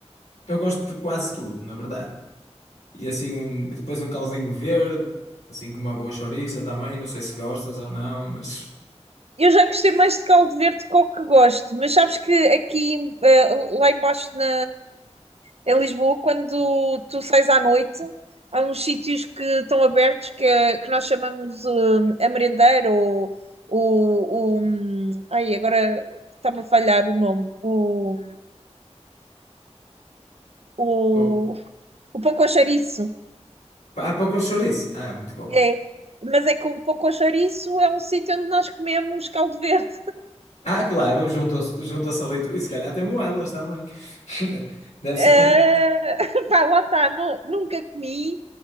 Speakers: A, on the left; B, on the right.
A: Eu gosto de quase tudo, na verdade. E assim, um- e depois um calzinho verde, assim com uma boa chouriça também. Não sei se gostas ou não, mas.
B: Eu já gostei mais de caldo verde que o que gosto, mas sabes que aqui, eh, lá embaixo na, em Lisboa, quando tu sais à noite, há uns sítios que estão abertos que, é- que nós chamamos eh, a merendeira ou o. o hum, ai, agora está-me a falhar o nome. O, o,
A: Oh.
B: o pão com chouriço.
A: Ah, pão com chouriço. Ah, muito bom.
B: É, mas é que o pão com chouriço é um sítio onde nós comemos caldo verde.
A: Ah, claro, juntam-se juntam-se a leitura. E se calhar tem moelas também. <laughs> Deve
B: Uh,
A: ser.
B: <laughs>
A: Um...
B: pá, lá está, nu- nunca comi,